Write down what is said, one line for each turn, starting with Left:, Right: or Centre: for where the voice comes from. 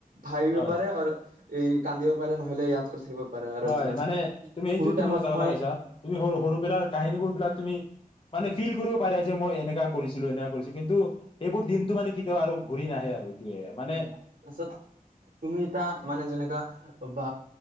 Right: ভাবিব
Left: হয়
Right: পাৰে আৰু। এই কান্দিব পাৰে নহলে ইয়াত কৰি থাকিব। পাৰে আৰু
Left: হয়
Right: এইটো
Left: মানে তুমি সেইটো,
Right: সৰু
Left: তুমি
Right: টাইমত
Left: সঁচা কথা
Right: মই
Left: কৈছা তুমি সৰু সৰু পেলাৰ কাহিনীবোৰ বিলাক তুমি মানে। ফিল কৰিব পাৰে যে মই এনেকাাকৰিছিলো, এনেকা কৰিছিলো কিন্তু এইবোৰ দিনটো মানে কেতিয়াও আৰু ঘূৰি নাহে আৰু। এইটোয়ে মানে
Right: উম, তাৰপিছত তুমি এটা মানে যেনেকা। বা